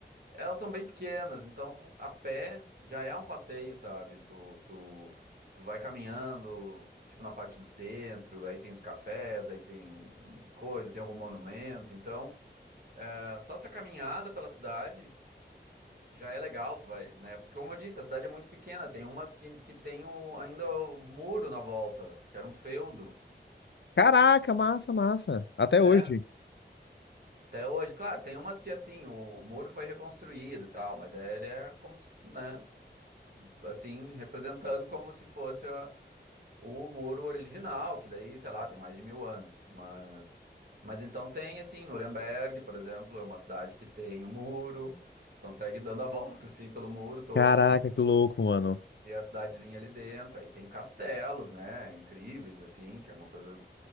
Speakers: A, on the right (about 55°); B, on the left (about 80°).
A: elas são bem pequenas. Então, a pé já é um passeio, sabe? Tu, tu, tu vai caminhando, tipo, na parte do centro. Aí tem os cafés, aí tem hum, coisa, tem algum monumento. Então, é, só essa caminhada pela cidade... Já é legal, tu vai, né? Porque, como eu disse, a cidade é muito pequena. Tem umas que, que tem o, ainda o muro na volta, que era um feudo.
B: Caraca, massa, massa. Até
A: É,
B: hoje.
A: Até hoje, claro, tem umas que assim, o, o muro foi reconstruído e tal, mas ele é como, se, né, assim, representando como se fosse a- o muro original, que daí, sei lá, tem mais de mil anos. Mas, mas então tem, assim, Nuremberg, por exemplo, é uma cidade que tem o muro, tu consegue ir dando a <laughs> volta, assim, pelo muro todo.
B: Caraca, que louco, mano.
A: E a cidadezinha ali dentro. Aí tem castelos, né? Incríveis, assim, que é uma coisa